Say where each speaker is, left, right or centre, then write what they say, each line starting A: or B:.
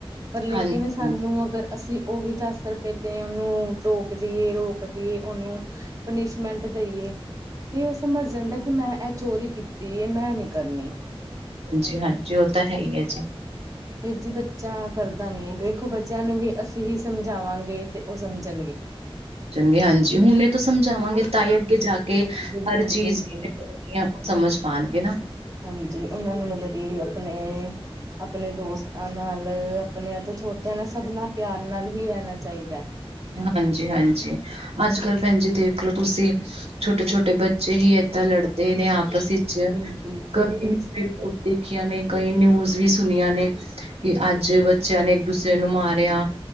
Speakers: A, on the right; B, on the right.
A: ਪਰ ਲੇਕਿੰਨ
B: ਹਾਂਜੀ।
A: ਸਾਨੂੰ
B: ਹਾਂਜੀ,
A: ਅਗਰ ਅਸੀਂ ਉਹੀ ਦੱਸ ਰੁਪਏ ਤੇ ਉਹਨੂੰ ਟੋਕ ਦੀਏ, ਰੋਕ ਦੀਏ ਉਹਨੂੰ। ਪਨਿਸ਼ਮੈਂਟ ਦੇਈਏ। ਤੇ ਉਹ ਸਮਝ ਜਾਂਦਾ, ਕਿ ਮੈਂ ਐ ਚੋਰੀ ਕੀਤੀ ਏ, ਮੈਂ ਨੀ ਕਰਨੀ।
B: ਹਾਂਜੀ-ਹਾਂਜੀ, ਉਹ ਤਾ ਹੈਹੀ ਆ ਜੀ।
A: ਫਿਰ ਜੀ ਬੱਚਾ ਕਰਦਾ ਨੀ, ਵੇਖੋ ਬੱਚਿਆਂ ਨੂੰ ਵੀ ਅਸੀਂ ਹੀ ਸਮਝਾਵਾਂਗੇ ਤੇ ਓ ਸਮਝਣਗੇ।
B: ਜਾਣਗੇ, ਹਾਂਜੀ ਹੁਣ ਇਹ ਤੋ ਸਮਝਾਵਾਂਗੇ, ਤਾਂਹੀ ਅੱਗੇ ਜਾਕੇ
A: ਬਿਲਕੁਲ
B: ਹਰ ਚੀਜ਼
A: ਬਿਲਕੁਲ।
B: ਆਪ ਸਮਝ ਪਾਣਗੇ ਨਾ।
A: ਹਾਂਜੀ, ਉਹਨਾਂ ਨੂੰ ਮਤਲਬ ਕਿ ਅਪਨੇ, ਅਪਨੇ ਦੋਸਤਾਂ ਨੂੰ ਨਾਲ ਅਪਣਿਆਂ ਤੋਂ ਛੋਟਿਆਂ ਨਾਲ, ਸਭ ਨਾਲ ਪਿਆਰ ਨਾਲ ਹੀ ਰਹਿਣਾ ਚਾਹੀਦੈ।
B: ਹਾਂਜੀ-ਹਾਂਜੀ ਅੱਜ-ਕੱਲ ਭੈਣ ਜੀ ਦੇਖਲੋ ਤੁਸੀਂ ਛੋਟੇ-ਛੋਟੇ ਬੱਚੇ ਹੀ ਏਦਾਂ ਲੜਦੇ ਨੇ ਆਪਸ ਵਿੱਚ
A: ਬਿਲਕੁਲ ਬਿਲਕੁਲ।
B: ਕਈ <unintelligible> ਦੇਖੀਆਂ ਨੇ ਕਈ ਨਿਊਜ਼ ਵੀ ਸੁਣੀਆਂ ਨੇ। ਕੀ ਅੱਜ ਬੱਚਿਆਂ ਨੇ ਇੱਕ ਦੂਸਰੇ ਨੂੰ ਮਾਰਿਆ